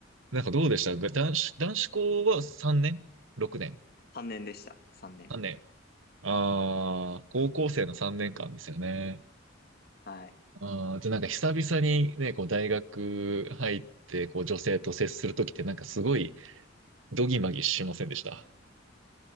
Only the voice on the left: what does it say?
3年でした。3年。
はい。